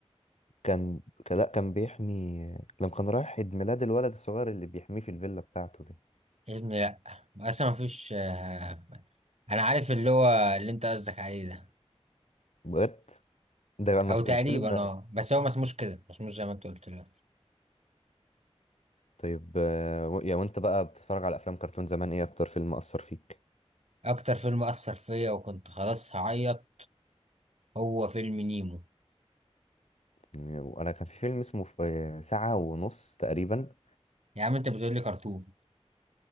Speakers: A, on the left (about 75°); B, on the right (about 70°).
A: كان لا كان بيحمي لما كان رايح عيد ميلاد الولد الصغير اللي بيحميه في الفيلا بتاعته دي
B: يا ابني لا اصلا مفيش آه، انا عارف اللي هو اللي انت قصدك عليه ده
A: بجد ده مس...
B: او تقريبا
A: فيلم
B: اه بس هو ما اسموش كده ما اسموش زي ما انت قلت دلوقتي
A: طيب آه، و... يا وانت بقى بتتفرج على افلام كرتون زمان ايه اكتر فيلم اثر فيك
B: اكتر فيلم اثر فيا وكنت خلاص هعيط هو فيلم نيمو
A: يعني وانا كان في فيلم اسمه ف- آه، ساعة ونص تقريبا
B: يا عم انت بتقول لي كرتون